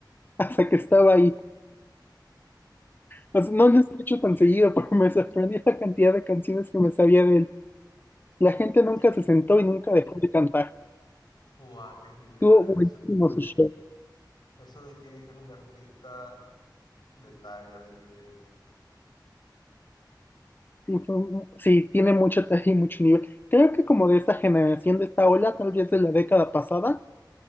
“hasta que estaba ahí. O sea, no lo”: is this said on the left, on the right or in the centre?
Left